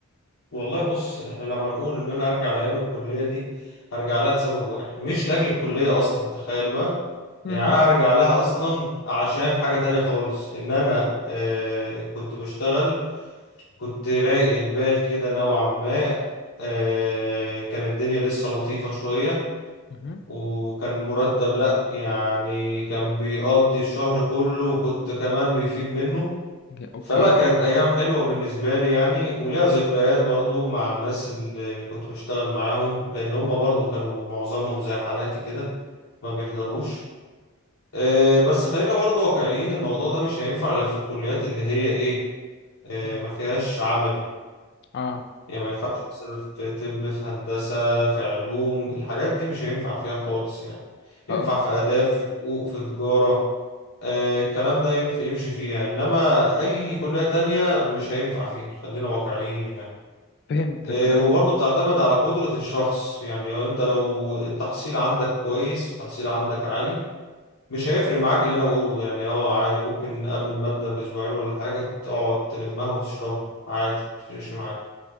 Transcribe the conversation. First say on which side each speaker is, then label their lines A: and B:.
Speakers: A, on the left; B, on the left.
A: والله بص احنا لو هنقول ان انا ارجع لايام الكلية دي هرجع لها لسبب واحد مش لاجل الكلية اصلا تخيل بقى
B: مم.
A: يعني انا ارجع لها اصلا عشان حاجة تانية خالص ان انا آه كنت بشتغل كنت رايق البال كده نوعا ما آه كان الدنيا لسه لطيفة شوية
B: مم.
A: وكان مرتب لا يعني كان بيقضي الشهر كله وكنت كمان بيفيد منه
B: لا، اوكي
A: فلا كانت ايام حلوة بالنسبة لي يعني وليها ذكريات برضو مع الناس اللي اللي كنت بشتغل معاهم لان هم برضو كانوا معظمهم زي حالاتي كده ما بيحضروش آه، بس خلينا برضو واقعيين الموضوع ده مش هينفع غير في الكليات اللي هي ايه آه،
B: مم.
A: ما فيهاش عملي
B: اه
A: يعني ما ينفعش مثلا في طب في هندسة في علوم الحاجات دي مش هينفع فيها خالص يعني ينفع
B: اه
A: في آداب في حقوق في تجارة آه، الكلام ده ينفع يمشي فيها انما اي كلية تانية مش هينفع فيها خلينا واقعيين يعني
B: فهمتك
A: آه،
B: ايوه
A: وبرضه بتعتمد على قدرة الشخص يعني انت لو التحصيل عندك كويس والتحصيل عندك عالي مش هيفرق معاك اللي انا بقوله ده يعني اه عادي ممكن قبل المادة باسبوعين ولا حاجة تقعد تلمها وتشربها عادي متفرقش معاك